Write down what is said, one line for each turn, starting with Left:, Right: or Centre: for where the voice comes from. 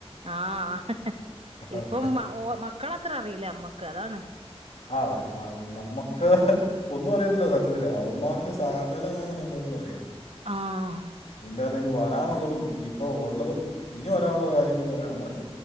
Right: ആഹ് ഇപ്പംഓ
Left: അതെ
Right: മക്കള് അത്ര അറിയില്ല ന്നമ്മക്ക് അതാണ്
Left: ആ അതെ ആ നമുക്ക് ഒന്നും അറിയത്തില്ല സത്യത്തിൽ അവന്മാർക്ക് സകലമാന സംഭവങ്ങളും അറിയാം
Right: ആഹ്
Left: ഇന്തതന്നെ വാ- താനുള്ളതും ഇപ്പോ ഒള്ളതും ഇനി വരാനുള്ള കാര്യങ്ങൾ വരെ അവമ്മാ